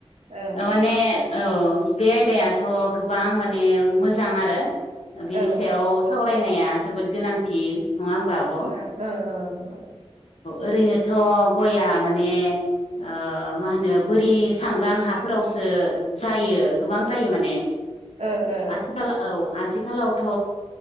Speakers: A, on the right (about 85°); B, on the left (about 80°).
A: ओं
B: माने औ बे आयदायाथ' गोबां माने मोजां आरो बिनि
A: औ
B: सायाव सावराय बायनाया जोबोद गोनांथि नङा होमबा आब' औ
A: ओ ओ ओ नंगौ
B: ओरैनोथ' गइया माने ओ मा होनो बोरि सांग्रां हाफोरावसो जायो गोबां जायो माने
A: ओ ओ
B: आथिखााल औ आथि आथिखालावथ'